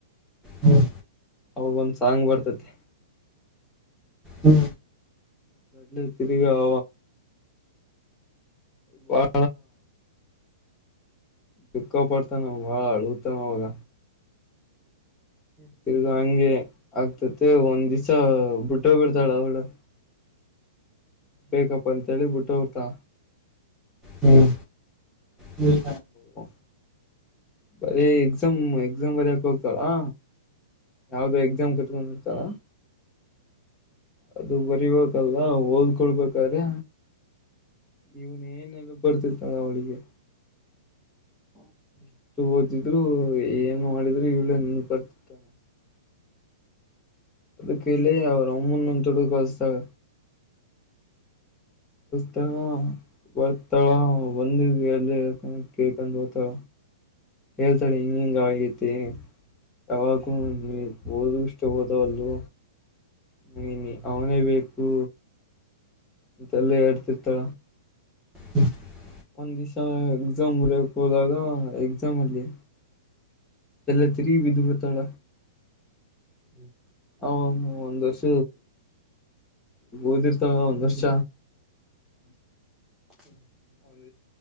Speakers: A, in the centre; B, on the left.
A: ಹ್ಮ್
B: ಅವಾಗ ಒಂದ ಸಾಂಗ್ ಬರ್ತತಿ
A: ಹ್ಮ
B: ಹ ತಿರಿಗ ಆ ಬಣ ದುಃಖ ಪಡ್ತಾನ ಬಾಳ ಅಳಗತಾವ ಅವಾಗ ತಿರ್ಗಾ ಹಂಗೆ ಆಗ್ತತೆ ಒಂದ್ ದಿವ್ಸ ಬಿಟ್ಟ್ ಬಿಡ್ತಾಳ ಅವಳ ಬೇಕಪ್ಪ ಅಂತ ಹೇಳಿ ಬಿಟ್ಟು ಹೊರ್ತಾ
A: ಹ್ಮ್ ಹ್ಮ್
B: ಹ ಬರ ಎಕ್ಸಾಮ್ ಎಕ್ಸಾಮ್ ಬರಕ ಹೋಗ್ತಾರಾ ಯಾವ್ದೋ ಎಕ್ಸಾಮ್ ಕಟ್ಕೊಂಡಿರ್ತಾರ ಅದು ಬರಿಬೇಕಲ್ಲ ಹೋಲ್ಕೊಡ್ಬೇಕಾದ್ರೆ ಇವನ್ ಏನೆಲ್ಲ ಬರ್ತಿತ್ತಳ ಅವಳಿಗೆ ಎಷ್ಟು ಓದಿದ್ರು ಏನ್ ಮಾಡಿದ್ರು ಇವಳೇ ನನ್ ಬರ್ತಿತ್ತ ನಾ ಅದ ಕಲ್ಲ ಅವರು ಅಮ್ಮೊನ್ನುೊ ತೊಡು ಕಸತಾಗ ತ ಬರ್ತಾಳ ಬಂದಿದ ಅಲ್ಲಿ ಕೇಳ್ಕೊಂಡ ಓತಳ ಹೇಳ್ತಾಳೆ ಹಿಂಗ ಹಿಂಗ ಆಗತಿ ಯಾವಾಗೂ ನೀವು ಓದು ಇಷ್ಟ ಹೋದವಲ್ಲ ನನ ಅವನೇ ಬೇಕು ಮಂತಲ್ಲ ಹೇಡ್ತಿತ್ತಳ
A: <unintelligible>
B: ಒಂದ್ ದಿವ್ಸ ಎಕ್ಸಾಮ್ ಬರಯಕ್ ಹೋದಾಗ ಎಕ್ಸಾಮ್ ಅಲ್ಲಿ ಎಲ್ಲ ತಿರಿ ಬೀಧಪರತಳ ಹ ಒಂದ್ ವರ್ಷ ಓದಿರ್ತಾಳ ಒಂದ್ ವರ್ಷ ಒಂದ್